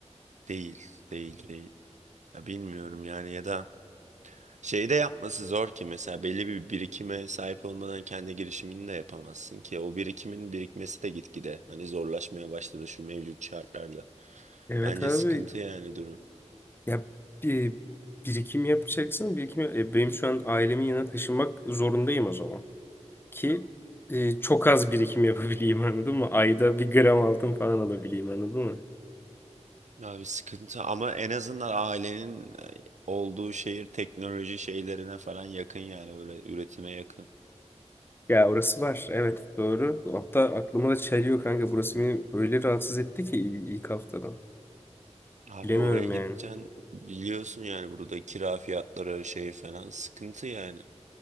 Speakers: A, on the right; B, on the left.
A: Değil. Değil. Değil. Ya bilmiyorum yani ya da şey de yapması zor ki mesela belli bir birikime sahip olmadan kendi girişimini de yapamazsın ki o birikimin birikmesi de gitgide hani zorlaşmaya başladı şu mevcut şartlarla.
B: Evet
A: Bence
B: abi
A: sıkıntı yani durum.
B: Ya bir birikim yapacaksın. Birikim e, benim şu an ailemin yanına taşınmak zorundayım o zaman. Ki e, çok az birikim yapabileyim <laughs> anladın mı? Ayda bir gram altın falan alabileyim anladın mı?
A: Abi sıkıntı ama en azından ailenin olduğu şehir teknoloji şeylerine falan yakın yani öyle üretime yakın.
B: Ya orası var. Evet doğru. Hatta aklıma da çeliyor kanka. Burası beni öyle rahatsız etti ki il- ilk haftadan.
A: Abi
B: Bilemiyorum
A: oraya gideceksin
B: yani.
A: biliyorsun yani burada kira fiyatları şey falan sıkıntı yani.